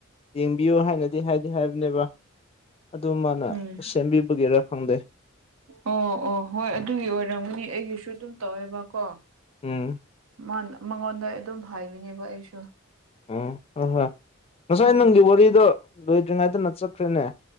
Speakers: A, on the left; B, on the right.
A: ꯌꯦꯡꯕꯤꯌꯣ ꯍꯥꯏꯅꯗꯤ ꯍꯥꯏꯗꯤ ꯍꯥꯏꯕꯅꯦꯕ ꯑꯗꯨ ꯃꯥꯅ
B: ꯎꯝ
A: ꯁꯦꯝꯕꯤꯕꯒꯤꯦꯔ ꯈꯪꯗꯦ
B: ꯑꯣ ꯑꯣ ꯍꯣꯏ ꯑꯗꯨꯒꯤ ꯑꯣꯏꯔꯝꯒꯅꯤ ꯑꯩꯒꯤꯁꯨ ꯑꯗꯨꯝ ꯇꯧꯋꯦꯕꯀꯣ
A: ꯎꯝ
B: ꯃꯥ ꯃꯉꯣꯟꯗ ꯑꯗꯨꯝ ꯍꯥꯏꯕꯤꯅꯦꯕ ꯑꯩꯁꯨ
A: ꯎꯝ ꯍꯣꯏ ꯍꯣꯏ ꯉꯁꯥꯏ
B: ꯎꯝ
A: ꯅꯪꯒꯤ ꯋꯥꯔꯤꯗꯣ ꯂꯣꯏꯗ꯭ꯔꯤꯉꯩꯗꯅ ꯆꯠꯈ꯭ꯔꯦꯅꯦ